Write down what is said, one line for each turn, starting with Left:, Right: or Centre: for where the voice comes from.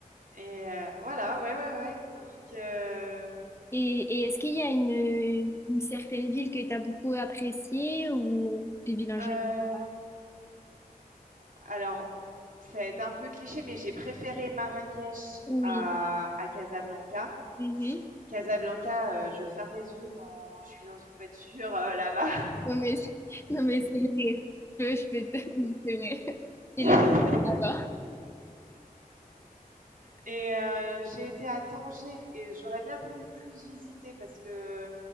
Right: Et heu, voilà, ouais, ouais, ouais, donc heu,
Left: Et, et est-ce qu'il y a une, une une certaine ville que tu as beaucoup appréciée ou des villes en
Right: hem,
Left: général?
Right: alors ça va être un peu cliché, mais j'ai préféré Marrakech
Left: Oui.
Right: à à Casablanca.
Left: Mhm.
Right: Casablanca, heu, je ferme les yeux quand je suis dans une voiture, heu, là-bas.
Left: Non mais, c'est- non mais c'est vrai. Je peux, je peux te... <laughs> C'est vrai. C'est
Right: <laughs>
Left: le d'abord.
Right: Et heu, j'ai été à Tanger et j'aurais bien voulu plus visiter parce que,